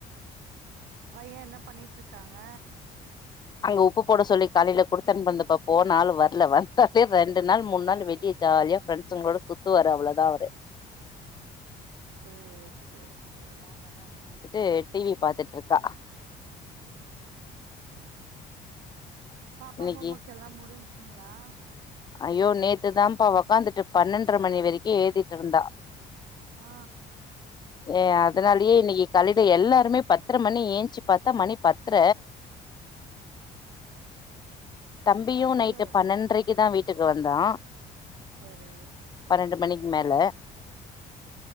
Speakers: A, on the right; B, on the left.
A: பைய என்ன பண்ணிட்ருக்காங்க
B: அங்க உப்பு போட சொல்லி காலைல குடுத்தன்ப் வந்தப்ப போன ஆள் வர்ல வந்தாலே ரெண்டு நாள் மூண் நாள் வெடிய ஜால்யா ஃப்ரெண்ஸுங்ளோட சுத்துவாரு அவ்ளோதா அவுரு
A: சேர் சேர் சேரி ம்
B: ஏ டிவி பாத்துட்ருக்கா
A: பாப்பா
B: இன்னைக்கி
A: ஹோம் ஒர்க் எல்லா முடிஞ்ச்சுங்ளா
B: ஐயோ நேத்து தாம்ப்பா ஒக்காந்துட்டு பன்னன்ற மணி வரிக்கு ஏழ்திட் இருந்தா
A: ஆ
B: <inaudible> ஏ அதனால்யே இன்னிக்கி காலில எல்லாருமே பத்ர மணி ஏன்ச்சி பாத்தா மணி பத்ர <inaudible> தம்பியு
A: அச்சோ
B: நைட்டு பன்னன்ரைக்கு தா வீட்டுக்கு வந்தா
A: சரி
B: பன்னன்டு மணிக் மேல